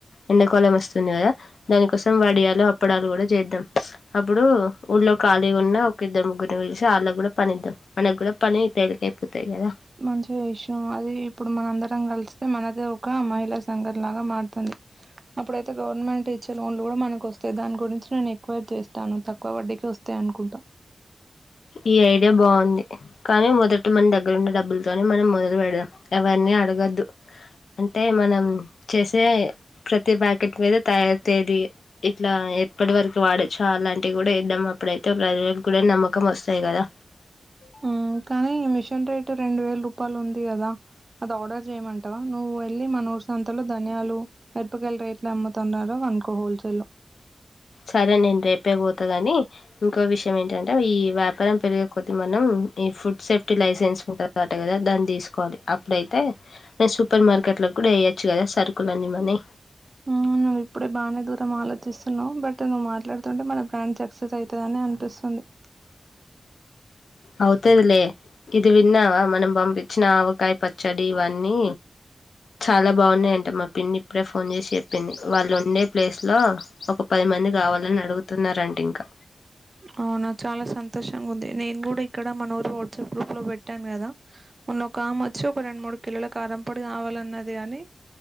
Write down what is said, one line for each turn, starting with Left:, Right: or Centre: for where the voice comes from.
Left: ఎండాకాలం వస్తుంది కదా దానికోసం వడియాలు అప్పడాలు కూడా చేద్దాం అప్పుడు ఊళ్లో ఖాళీగా ఉన్న ఒక ఇద్దరు ముగ్గురు నీ పిలిచి వాళ్ళకి కూడా పని ఇద్దాం మనకు కూడా పని తేలిక అయిపోతది కదా
Right: మంచి విషయం అది ఇప్పుడు మనం అందరం కలిస్తే మనదే ఒక మహిళా సంగం లాగా మారుతుంది అప్పుడైతే గవర్నమెంట్ ఇచ్చే లోన్లు కూడా మనకు వస్తాయి దాని గురించి నేను ఎంక్వైరీ చేస్తాను తక్కువ వడ్డీకే వస్తాయి అనుకుంటాం
Left: ఈ ఐడియా బాగుంది కానీ మొదట మన దగ్గర ఉన్నే డబ్బులతోనే మనం మొదలు పెడదాం ఎవరిని అడగద్దు అంటే మనం చేసే ప్రతి ప్యాకెట్ మీద తయారీ తేదీ ఇట్లా ఎప్పటి వరకు వాడొచ్చు అలాంటివి కూడా ఇద్దాం అప్పుడైతే ప్రజలకు కూడా నమ్మక కమ్ వస్తాయి కదా
Right: యూ కానీ మిషన్ రేటు రెండు వేల రూపాయలు ఉంది కదా అది ఆర్డర్ చేయమంటావా నువ్వు వెళ్ళి మన ఊరు సంతలో ధనియాలు మిరపకాయల రేట్లు అమ్ముతున్నారో అనుకో హోల్సేల్ లో
Left: సరే నేను రేపే పోత త గాని ఇంకో విషయం ఏంటంటే ఈ వ్యాపారం పెరిగేకొద్దీ మనం ఈ ఫుడ్ సేఫ్టీ లైసెన్స్ ఉంటుందంట కదా కదా దాన్ని తీసుకోవాలి అప్పుడైతే నే సూపర్ మార్కెట్ లో కూడా వేయొచ్చు కదా సరుకులు అన్ని మనవి
Right: యూ నువ్వు ఇప్పుడే బానే దూరం ఆలోచిస్తున్నావు బట్ నువ్వు మాట్లాడుతుంటే మన బ్రాండ్ సక్సెస్ అవుతాదని అనిపిస్తుంది
Left: అవుతాది లే ఇది విన్నావా మనం బంప్ చీ నా ఆవకాయ పచ్ చడి ఇవన్నీ చాలా బాగున్నాయి అంట మా పిన్ని ఇప్పుడే ఫోన్ చేసి చెప్పింది వాళ్ళు ఉండే ప్లేస్ లో ఒక పది మంది కావాలని అడుగు తున్నారు అంట ఇంకా
Right: అవునా చాలా సంతోషంగా ఉంది నేను కూడా ఇక్కడ మన ఊరు వాట్సాప్ గ్రూప్ లో పెట్టాను కదా మొన్న ఒక ఆమె వచ్చి ఒక రెండు మూడు కిలోల కారంపొడి కావాలన్నది కాని